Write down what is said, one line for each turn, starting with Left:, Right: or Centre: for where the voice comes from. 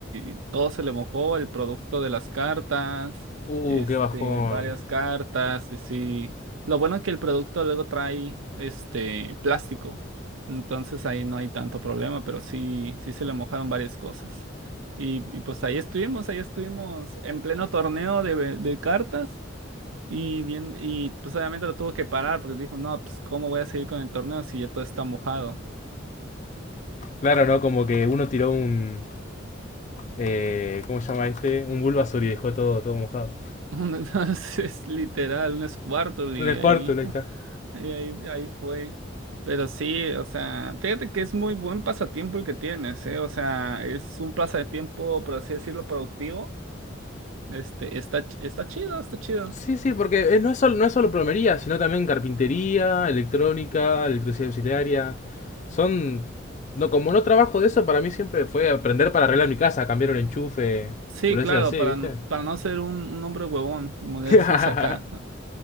Right: y todo se le mojó, el producto de las cartas,
Left: uh,
Right: este,
Left: qué bajón.
Right: varias cartas, y sí. Lo bueno es que el producto luego trae, este, plástico, entonces ahí no hay tanto problema, pero sí, sí se le mojaron varias cosas. Y, y pues ahí estuvimos, ahí estuvimos en pleno torneo de, de cartas. Y bien, y pues obviamente lo tuvo que parar porque dijo, no, pues ¿cómo voy a seguir con el torneo si ya todo está mojado?
Left: Claro, ¿no? Como que uno tiró un... Eh, ¿Cómo se llama este? Un Bulbasaur y dejó todo, todo mojado.
Right: <laughs> Entonces, es literal, un Squirtle
Left: Un
Right: y
Left: Squirtle,
Right: ahí,
Left: ahí
Right: <laughs>
Left: está.
Right: y ahí, ahí fue. Pero sí, o sea, fíjate que es muy buen pasatiempo el que tienes, ¿eh? O sea, es un pasatiempo, por así decirlo, productivo. Este, está, ch- está chido, está chido.
Left: Sí, sí, porque eh, no es, solo, no es solo plomería, sino también carpintería, electrónica, electricidad auxiliaria. Son... No, como no trabajo de eso, para mí siempre fue aprender para arreglar mi casa, cambiar un enchufe,
Right: Sí,
Left: o lo
Right: claro,
Left: así,
Right: para
Left: ¿viste?
Right: no, para no ser un, un hombre huevón, como le
Left: <laughs>
Right: decimos acá. <laughs>